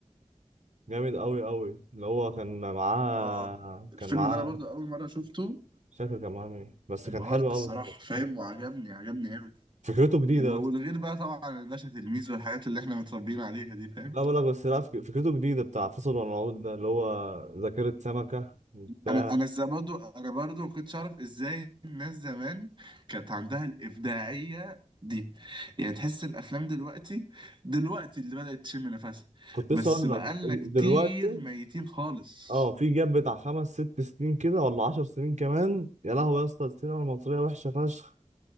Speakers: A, on the right; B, on the right.
A: جامد قوي قوي اللي هو كان معاه
B: اه الفيلم
A: كان معاه
B: ده انا برضه اول مره شفته
A: مش فاكر كان معاه مين بس
B: انبهرت
A: كان حلو
B: الصراحه
A: قوي الصراحة.
B: فاهم وعجبني عجبني قوي
A: فكرته جديدة
B: و- والغير بقى طبعا الباشا تلميذ والحاجات اللي احنا متربيين عليها دي فاهم
A: لا بقول لك بس لا فك- فكرته جديدة بتاع فاصل ونعود ده اللي هو ذاكرة سمكة بتاع
B: انا انا ازاي برضو انا برضو ما كنتش اعرف ازاي الناس زمان كانت عندها الابداعيه دي يعني تحس الافلام دلوقتي دلوقتي اللي بدات تشم نفسها
A: كنت
B: بس
A: لسه اقول
B: بقالنا
A: لك
B: كتير
A: دلوقتي
B: ميتين خالص
A: اه في جاب بتاع خمس ست سنين كده ولا عشر سنين كمان يا لهوي يا اسطى السينما المصرية وحشة فشخ